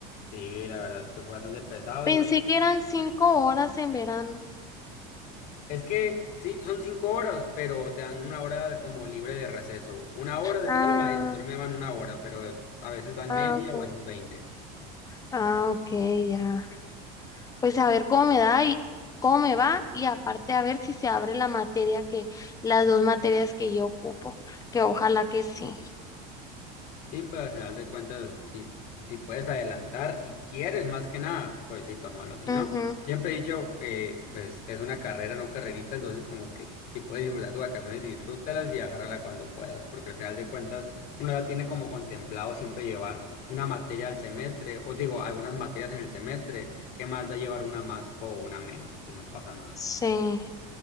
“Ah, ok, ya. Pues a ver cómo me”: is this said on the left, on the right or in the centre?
Left